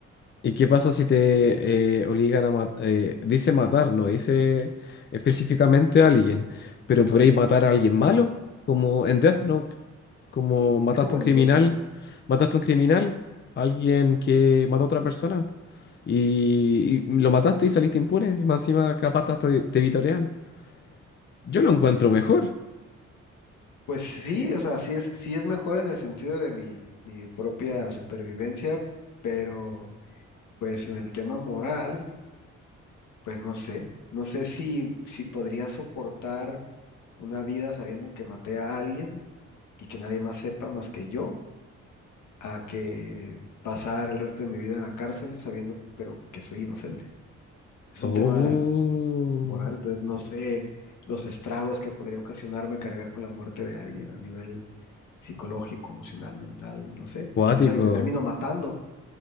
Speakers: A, on the left; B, on the left.
A: ¿Y qué pasa si te eh, obligan a matar? dice matar, no dice específicamente a alguien, pero podréis matar a alguien malo, como en Death Note, como
B: <laughs>
A: mataste
B: como
A: a un
B: en
A: criminal,
B: Death
A: mataste a un criminal, alguien que mató a otra persona, y, y lo mataste y saliste impune, y más encima capaz hasta te, te vitorean. Yo lo encuentro mejor.
B: Pues sí, o sea, sí es, sí es mejor en el sentido de mi, mi propia supervivencia, pero pues en el tema moral, pues no sé, no sé si, si podría soportar una vida sabiendo que maté a alguien y que nadie más sepa más que yo, a que pasar el resto de mi vida en la cárcel sabiendo, pero que soy inocente. Es
A: Oh,
B: un tema moral. Entonces, no sé los estragos que podría ocasionarme cargar con la muerte de alguien a nivel psicológico, emocional, mental, no sé.
A: cuático.
B: Quién sabe, y me termino matando